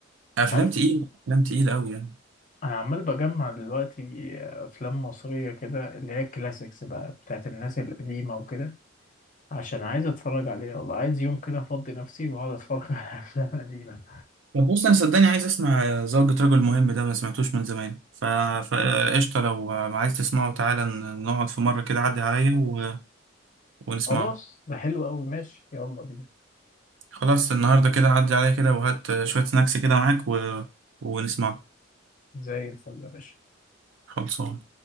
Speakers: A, on the right; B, on the left.
A: افلام
B: انت عارف
A: تقيلة افلام تقيلة قوي يعني
B: انا عمال بجمع دلوقتي افلام مصريه كده اللي هي الكلاسيكس بقى بتاعت الناس القديمه وكده عشان عايز اتفرج عليها والله عايز يوم كده افضي نفسي واقعد اتفرج <laughs> على افلام قديمه
A: طب بص انا صدقني عايز اسمع زوجة رجل مهم ده ما سمعتوش من زمان ف... فقشطة لو عايز تسمعه تعالى ن- نقعد في مرة كده عدي
B: آه،
A: عليا
B: خلاص
A: و... ونسمعه
B: خلاص ده حلو قوي ماشي يلا بينا
A: خلاص النهاردة كده عدي عليا كده وهات شوية سناكس كده معاك و... ونسمعه
B: زي الفل يا باشا
A: خلصان